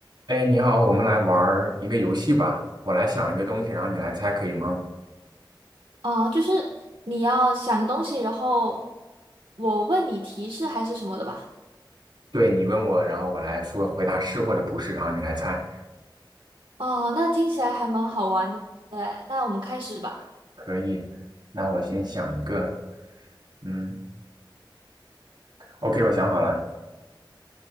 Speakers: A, on the right; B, on the right.
A: 哎，你好，我们来玩儿一个游戏吧。我来想一个东西，然后你来猜，可以吗？
B: 啊，就是你要想个东西，然后我问你提示还是什么的吧。
A: 对，你问我，然后我来说回答是或者不是，然后你来猜，
B: 哦，那听起来还蛮好玩的。对，那我们开始吧。
A: 可以。那我先想一个，嗯，OK，我想好了，